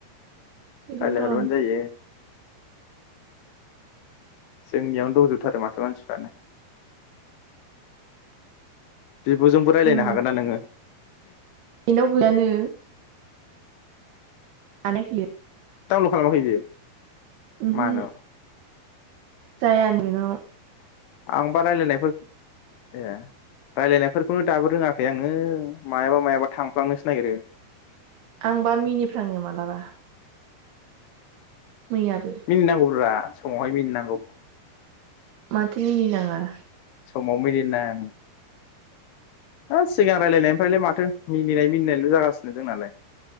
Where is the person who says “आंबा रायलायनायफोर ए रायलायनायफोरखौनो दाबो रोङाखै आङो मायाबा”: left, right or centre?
Left